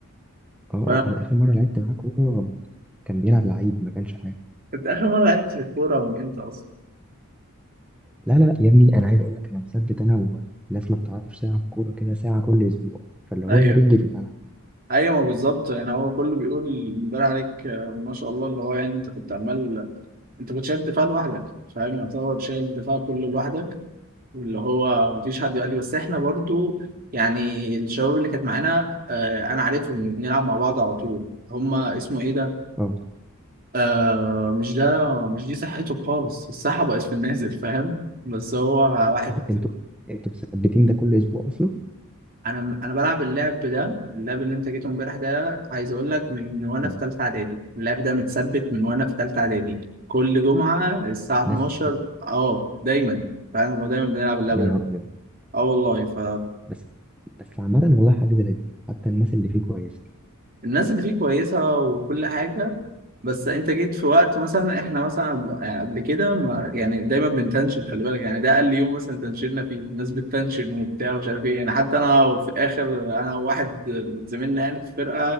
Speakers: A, in the centre; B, on the right.
A: آه،
B: فانت
A: أنا آخر مرة لعبت معاه كورة كان بيلعب لعيب ما كانش حاجة
B: اخر مره لعبت في الكوره من امتى اصلا
A: لا لا لا يا ابني أنا عايز أقول لك أنا مثبت أنا والناس ما بتعرفش تلعب كورة كده ساعة كل أسبوع فاللي هو
B: ايوه
A: أنا رجلي في الملعب
B: ايوه ما بالظبط يعني هو كله بيقول امبارح عليك آه، ما شاء الله اللي هو يعني انت كنت عمال انت كنت شايل الدفاع لوحدك فاهم يعتبر شايل الدفاع كله لوحدك اللي هو مفيش حد يؤدي بس احنا برضو يعني الشباب اللي كانت معانا آه انا عارفهم بنلعب مع بعض على طول هما اسمه ايه ده
A: أه
B: آه مش ده مش دي صحته خالص الصحة بقت في النازل فاهم بس هو واحد
A: انتوا انتوا مثبتين ده كل اسبوع اصلا
B: انا انا بلعب اللعب ده اللعب اللي انت جيته امبارح ده عايز اقول لك من وانا
A: اه
B: في ثالثة اعدادي اللعب ده متثبت من وانا في ثالثة اعدادي كل جمعة الساعة 12
A: نفس
B: اه دايما فاهم اللي هو دايما بنلعب اللعب
A: يا
B: ده
A: نهار ابيض
B: اه والله ف
A: بس بس عامة والله حاجة لذيذة حتى الناس اللي فيه كويسة
B: الناس اللي فيه كويسة وكل حاجة بس انت جيت في وقت مثلا احنا مثلا قب- قبل كده ما يعني دايما بنتنشن خلي بالك يعني ده اقل يوم مثلا تنشننا فيه الناس بتتنشن وبتاع ومش عارف ايه يعني حتى انا في الاخر انا وواحد زميلنا يعني في الفرقة